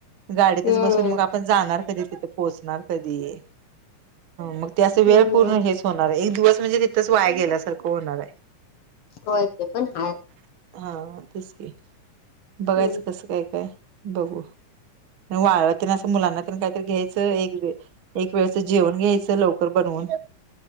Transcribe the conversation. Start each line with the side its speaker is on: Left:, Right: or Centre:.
Right: गाडीतच
Left: हम्म
Right: बसून मग आपण जाणार कधी तिथे पोहोचणार कधी मग त्यास वेळ
Left: हम्म
Right: पूर्ण हेच होणार आहे एक दिवस म्हणजे तिथंच वाया गेल्यासारखं होणार आहे
Left: होय ते पण हाय
Right: हा तेस की बघायचं
Left: हम्म
Right: कसं काय काय बघू वाळल तर अस मुलांना काहीतरी घ्यायचं एक वेळ वेळचं जेवण घ्यायचं लोक कर बनवुन